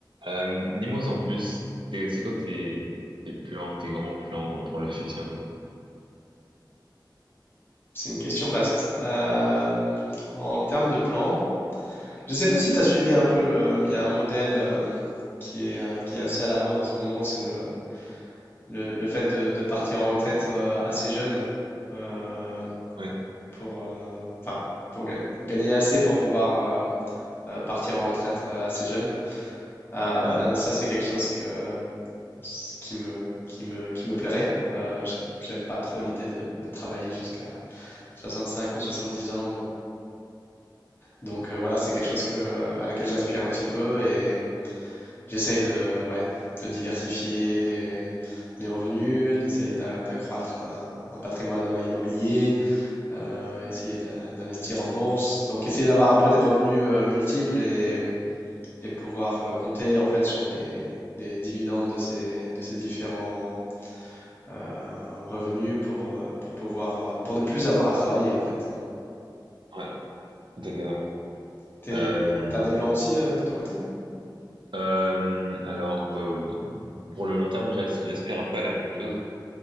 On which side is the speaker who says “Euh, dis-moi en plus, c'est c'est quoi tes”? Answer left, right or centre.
Right